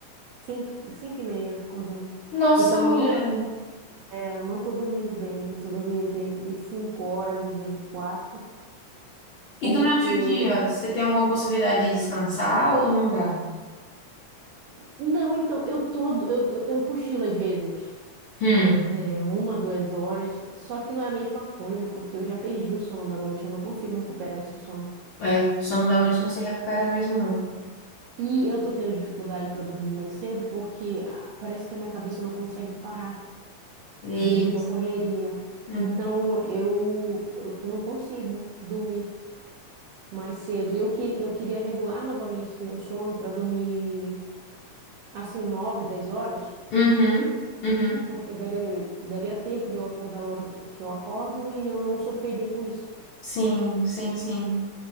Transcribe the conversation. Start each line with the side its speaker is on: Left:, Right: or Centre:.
Right: Cinco, cinco e meia eu tô acordando.
Left: Nossa,
Right: Então
Left: mulher.
Right: eu não, é, eu não tô dormindo bem, eu tô dormindo entre cinco horas, às vezes quatro,
Left: E
Right: porque...
Left: durante o dia, você tem alguma possibilidade de descansar ou não dá?
Right: Não, então, eu tô, eu, tô- eu cochilo às vezes,
Left: Hum.
Right: é, uma, duas horas, só que não é a mesma coisa, porque eu já perdi o sono da noite, eu não consigo recuperar esse sono.
Left: É, sono da noite não se recupera mesmo, não.
Right: E eu tô tendo dificuldade para dormir mais cedo, porque ah, parece que a minha cabeça não consegue parar
Left: E.
Right: devido à correria.
Left: Uhum.
Right: Então, eu, eu, eu não consigo dormir. mais cedo. E eu, que, eu queria regular novamente meu sono para dormir assim, 9 10 horas,
Left: Uhum. Uhum.
Right: porque daria, daria tempo de eu acordar a hora que, que eu acordo e eu não sofreria com isso.
Left: Sim, sim, sim.